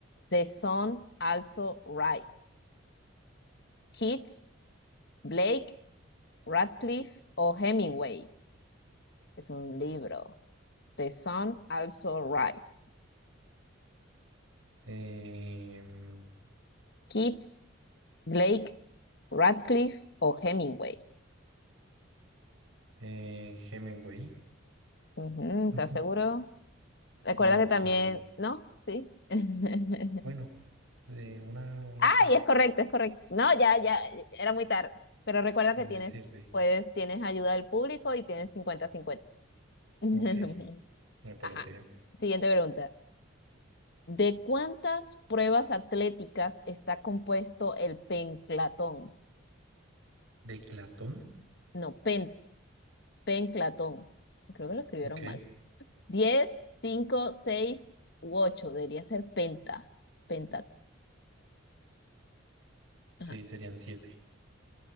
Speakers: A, on the left; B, on the right.
A: The Sun Also Rise? ¿Keats? Blake Radcliffe o Hemingway. Es un libro. The Sun Also Rise.
B: Em,
A: Keats, Blake, Radcliffe o Hemingway.
B: eh, Hemingway.
A: Ujú,
B: <laughs>
A: ¿estás seguro? Recuerda
B: No,
A: que también,
B: pero
A: ¿no? Sí. <laughs>
B: bueno, eh, una, una
A: Ay,
B: ayuda
A: es correcto, es correcto. No, ya, ya, era muy tarde. Pero recuerda que
B: me
A: tienes,
B: sirve.
A: puedes, tienes ayuda del público y tienes cincuenta cincuenta <laughs>
B: Ok, me parece
A: Ajá.
B: bien.
A: Siguiente pregunta. ¿De cuántas pruebas atléticas está compuesto el penclatón?
B: De Platón,
A: no, pen, penclatón. Creo que lo escribieron
B: Ok,
A: mal. 10, 5, 6 u 8. Debería ser penta, pentatlón.
B: sí,
A: Ajá.
B: serían siete.